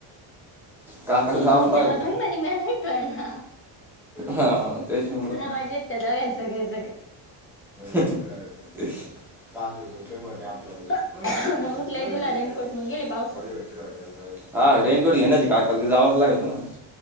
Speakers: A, in the centre; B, on the left (about 30°).
A: काकास
B: मम्मीला
A: घ्यावाच लागल.
B: मी म्हणे म्या नाही ठेवायला.
A: हा तेचरच
B: आवाज
A: म
B: येत दोघांच सकाळी
A: चचाासप केव त्याम
B: सकाळी
A: फचाले...
B: मग उठले
A: गो
B: दिला
A: भेटले
B: रेनकोट
A: खायला
B: मग गेले पावसात
A: गो भेटाला... हा रेनकोट घे नाची काकाल क जावाच लागेत ना...